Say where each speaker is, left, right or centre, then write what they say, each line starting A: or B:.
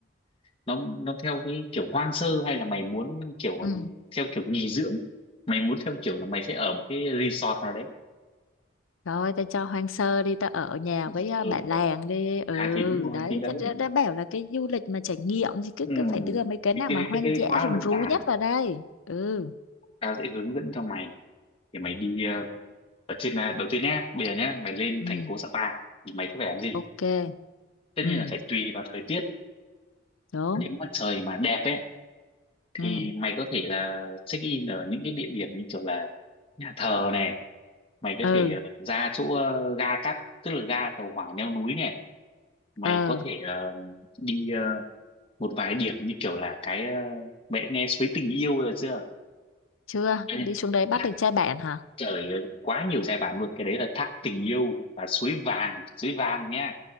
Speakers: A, on the left; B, on the left.
A: nó nó theo cái kiểu hoang sơ hay là mày muốn kiểu ờ,
B: Ừ.
A: theo kiểu nghỉ dưỡng mày muốn theo kiểu là mày sẽ ở một cái resort nào đấy
B: Rồi tao cho hoang sơ đi tao ở nhà với
A: ừ,
B: à, bạn
A: đúng
B: làng
A: không?
B: đi ừ
A: à thì đúng rồi
B: đấy
A: thì đấy
B: tao đã, đã bảo là cái du lịch mà trải nghiệm thì cứ
A: ừ.
B: cứ phải đưa mấy cái
A: thì
B: nào
A: cái,
B: mà hoang
A: cái, cái
B: dã
A: quá
B: rừng
A: là đơn
B: rú
A: giản
B: nhất vào đây ừ
A: tao sẽ hướng dẫn cho mày thì mày đi ờ, ở trên là đầu tiên nhá bây giờ nhá mày lên
B: ừ
A: thành phố Sapa thì mày sẽ phải làm gì
B: ok
A: tất
B: ừ
A: nhiên là phải tùy vào thời tiết
B: đúng
A: nếu mà trời mà đẹp ấy
B: ừ
A: thì mày có thể là check in ở những cái địa điểm như kiểu là nhà thờ này mày có
B: ừ
A: thể ờ, ra chỗ ờ, ga cắt tức là ga tàu hỏa leo núi này mày
B: ờ
A: có thể ờ, đi ờ, một vài điểm như kiểu là cái ờ, mẹ nghe suối tình yêu rồi chưa
B: chưa
A: À,
B: đi xuống đấy bắt
A: thác
B: được trai bạn hả
A: trời ơi, quá nhiều giai bản luôn cái đấy là thác tình yêu và suối vàng suối vàng nhá